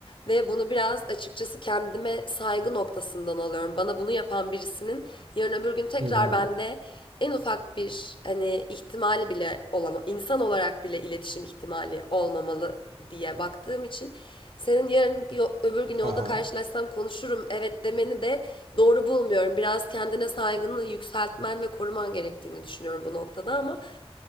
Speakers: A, on the left; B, on the right.
A: Ve bunu biraz açıkçası kendime saygı noktasından alıyorum. Bana bunu yapan birisinin yarın öbür gün tekrar
B: Hı hı.
A: bende en ufak bir hani ihtimali bile olama, insan olarak bile iletişim ihtimali olmamalı diye baktığım için senin yarın öbür gün yolda
B: Haha.
A: karşılaşsam konuşurum evet demeni de doğru bulmuyorum. Biraz kendine saygını yükseltmen ve koruman gerektiğini düşünüyorum bu noktada ama